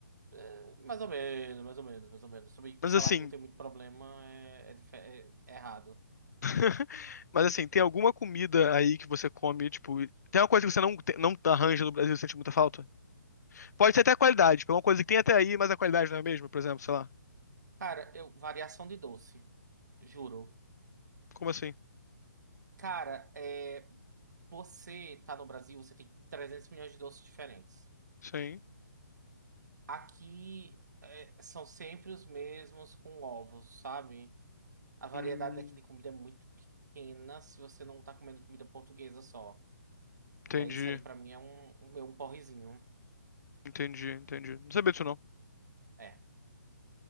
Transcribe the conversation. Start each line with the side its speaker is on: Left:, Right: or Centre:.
Right: é, mais ou menos, mais ou menos, mais ou menos. Sobre
Left: Mas
Right: falar
Left: assim,
Right: que não tem muito problema é, é dife- é- é errado.
Left: <laughs> mas assim, tem alguma comida aí que você come, tipo, tem uma coisa que você não, te- não arranja no Brasil e sente muita falta? Pode ser até a qualidade, tipo, é uma coisa que tem até aí, mas a qualidade não é a mesma, por exemplo, sei lá.
Right: Cara, eu, variação de doce, juro.
Left: Como assim?
Right: Cara, é, você tá no Brasil, você tem 300 milhões de doces diferentes.
Left: Sim.
Right: Aqui é, são sempre os mesmos com ovos, sabe? A variedade
Left: Hum,
Right: daqui de comida é muito pequena se você não tá comendo comida portuguesa só.
Left: entendi,
Right: E aí isso aí pra mim é um, um, é um porrezinho.
Left: entendi, entendi. Não sabia disso não.
Right: É,